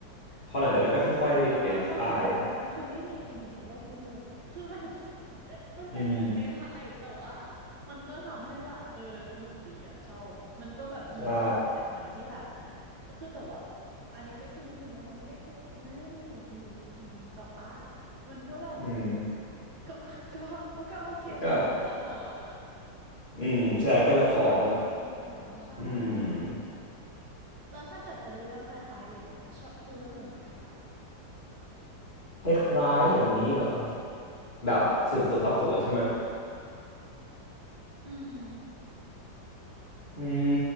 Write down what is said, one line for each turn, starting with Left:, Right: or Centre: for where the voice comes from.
Left: พอหลังจากนั้นก็ค่อยๆเปลี่ยนสไตล์
Right: คือตอนเปลี่ยนแต่ว่าไอตอนเปลี่ยนสมองนั่นคือไม่มีจริงอยู่บนโลกนี้เลยคือแบบ <laughs> มันเป็นไปไม่ได้แต่ว่า
Left: อืม
Right: มันก็ทำให้แบบเออสนุกดีอะชอบมันก็แบบมีเรื่องแปลกใหม่ที่แบบ
Left: ใช่
Right: คือแต่ว่าอันนี้ก็คือนิดนึงว่ามันไม่ได้มีมันไม่ได้มีอยู่มีอยู่จริงแต่ว่ามันก็แบบ
Left: อืม
Right: ก็ <laughs> ก็ก็โอเคมันก็คือละครอะ
Left: ก็แบบอืมใช่ก็ละครเนอะ
Right: ไม่ใช่ชีวิตจริงอยู่แล้วใช่
Left: อืม
Right: แล้วถ้าเกิดเป็นเรื่องคล้ายๆอย่างเงี้ยชอบดูเรื่องอื่นอีกไหมคะ
Left: คล้ายๆอย่างนี้เหรอแบบสืบสวนสอบสวนใช่ไหม
Right: อืม
Left: อืม